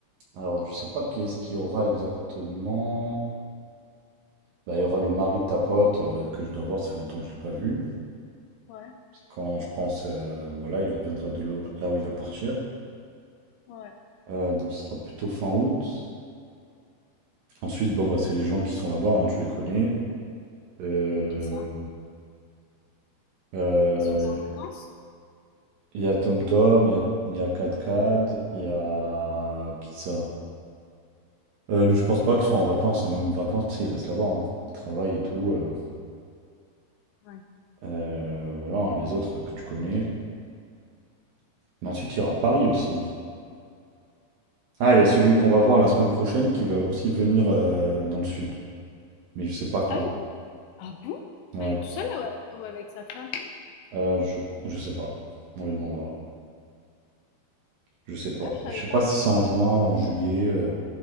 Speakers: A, on the right; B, on the left.
A: alors je sais pas qui est-ce qu'il y aura exactement. Bah, il y aura le mari de ta pote euh, que je dois voir, ça fait longtemps que je l'ai pas vu.
B: ouais,
A: C'est quand je pense, euh, voilà, il reviendra de l'eau- là où il va partir.
B: ouais,
A: Euh, donc ce sera plutôt fin août. Ensuite, bon, bah, c'est les gens qui sont là-bas, hein, tu les connais. Euh,
B: c'est ça.
A: euh,
B: Ils sont pas en vacances?
A: Il y a TomTom, il y a, il y a KatKat, il y a... Qui ça? Euh, nous, je pense pas qu'ils soient en vacances, hein, Même vacances, tu sais, ils restent là-bas. hein. Ils travaillent et tout. euh.
B: Ouais.
A: Euh, voilà, hein, les autres que tu connais. Mais ensuite, il y aura Paris aussi. Ah, il y a celui qu'on va voir la semaine prochaine qui va aussi venir euh, dans le sud. Mais je sais pas quand.
B: Ah, ils doivent ah bon?
A: Ouais,
B: Elle est toute seule ou a ou avec sa femme?
A: Euh, je, je sais pas. On lui demandera. Je sais pas.
B: Ah, je savais
A: Je sais
B: pas.
A: pas si c'est en juin, en juillet. euh.